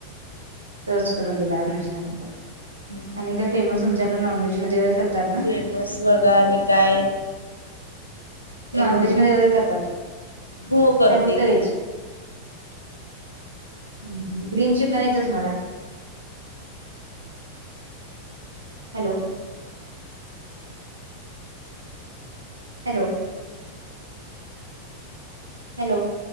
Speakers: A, on the right (about 80°); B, on the left (about 90°).
A: तोच करून दिला आज नाश्ता मी तरं.
B: हम्म.
A: आणि काय फेमस तुमच्याकडे, नॉनव्हेजमध्ये वगैरे करतात ना.
B: फेमस बघा आणि काय
A: नॉन
B: एवढं
A: व्हेज मध्ये वगैरे करतात,
B: हो करते
A: काय फक्त व्हेज.
B: की
A: हं हं ग्रीन चिकन येतं तुम्हाला. हॅलो. हॅलो. हॅलो.